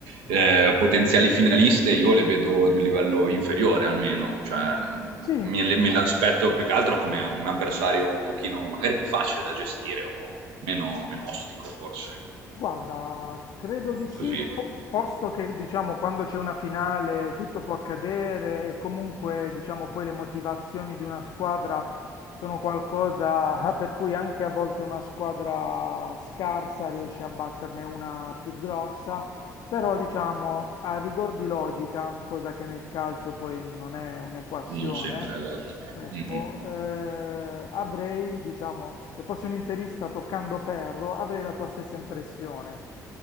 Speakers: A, on the right (about 70°); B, on the left (about 55°).
A: eh, potenziali finaliste, io le vedo di un livello inferiore almeno, cioè mh,
B: sì,
A: me, le- me l'aspetto più che altro come un avversario un pochino magari più facile da gestire o meno, meno ostico forse,
B: Guarda, credo di sì,
A: così
B: po- posto che diciamo quando c'è una finale tutto può accadere e comunque diciamo poi le motivazioni di una squadra sono qualcosa <laughs> per cui anche a volte una squadra scarsa riesce a batterne una più grossa, però diciamo a rigor di logica, cosa che nel calcio poi non è un'equazione,
A: non sempre, esatto.
B: Ecco,
A: Mm-mm.
B: eh, avrei, diciamo, se fossi un interista toccando ferro, avrei la tua stessa impressione.